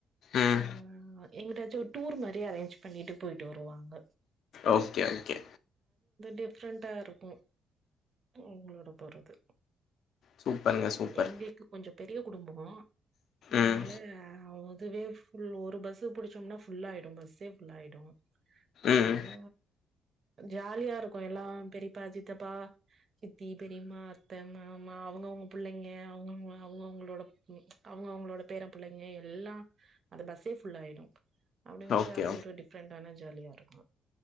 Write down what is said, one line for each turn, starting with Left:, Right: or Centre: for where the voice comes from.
Left: ம்
Right: ஆமா ஆமா எங்காச்சு ஒரு டூர் மாரி அரேஞ்ச் பண்ணிட்டு போயிட்டு வருவாங்க
Left: ஓகே ஓகே
Right: டிஃப்ரெண்ட்டா இருக்கு அவுங்களோட போறது
Left: சூப்பருங்க சூப்பர்
Right: எங்களுக்கு கொஞ்சோ பெரிய குடும்போ அதனால
Left: ம்
Right: அவுங் அதுவே ஃபுல் ஒரு பஸ்சு புடிச்சோம்னா ஃபுல்லாயிடு பஸ்ஸே ஃபுல்லாய்டு அதனால
Left: ம்
Right: ஜாலியா இருக்கு எல்லா பெரிப்பா சித்தப்பா சித்தி பெரிம்மா அத்த மாமா அவுங்கவுங்க புள்ளைங்க அவுங்க அவுங்க அவுங்கவுங்களோட அவுங்க அவுங்களோட பேர புள்ளைங்க எல்லா அந்த பஸ்ஸே ஃபுல்லாயிடு அப்டிங்குபோது
Left: ஓகே
Right: அது ஒரு டிஃப்ரெண்டான ஜாலியா இருக்கு